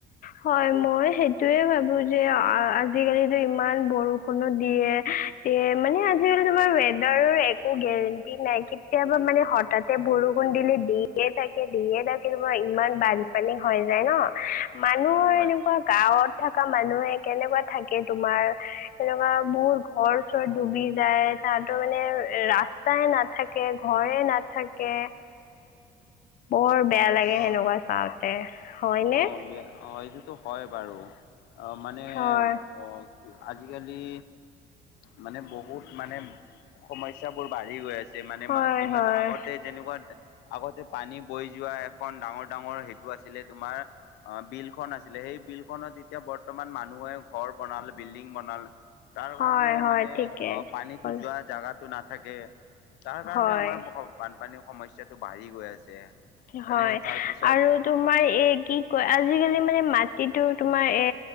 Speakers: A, on the left; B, on the left.
A: হয় মই সেইটোয়ে ভাবো বোযে আ আজিকালি যে ইমান বৰষুনো দিয়ে তে মানে আজিকালি তোমাৰ এডাৰো একো গেৰেণ্টি নাই কেতিয়াবা মানে হঠাতে বৰষুণ দিলে দিয়ে থাকে দিয়ে থাক কেতিয়াবা ইমান বানপানী হৈ যায় ন, মানুহৰ
B: হয়।
A: এনেকুৱা গাঁৱত থকা মানুহে কেনেকুৱা থাকে তোমাৰ, সেনেকুৱা বহুত ঘৰ চৰ ডুবি যায় কথাতো মানে ৰাস্তাই নাথাকে, ঘৰে নাথাকে বৰ বেয়া লাগে
B: অ
A: সেনেকুৱা চাওঁতে। হয়নে
B: অ বেয়া অ সেইটোতো হয় বাৰু। অ মানে,
A: হয়
B: অ আজিকালি মানে বহুত মানে সমস্যাবোৰ বাঢ়ি গৈ আছে। যিমানে
A: হয়
B: যিমান
A: হয়
B: আগতে যেনেকুৱা আগতে পানী বৈ যোৱা এখন ডাঙৰ -ডাঙৰ সেইটো আছিলে তোমাৰ অ বিলখন আছিলে, সেই বিলখনত এতিয়া বৰ্তমান মানুহে ঘৰ বনালে বিল্ডিং বনাল তাল, তাৰ
A: হয়
B: কাৰণে
A: হয়
B: মানে
A: ঠিকে
B: অ
A: ক'লা।
B: পানীটো যোৱা জাগাতো নাথাকে। তাৰ কাৰণে
A: হয়
B: আমাৰ বানপানীৰ সমস্যাটো বাঢ়ি গৈ আছে। এনে
A: হয়
B: তাৰপিছত
A: আৰু তোমাৰ এ কি কয় আজিকালি মানে মাটিটো তোমাৰ এ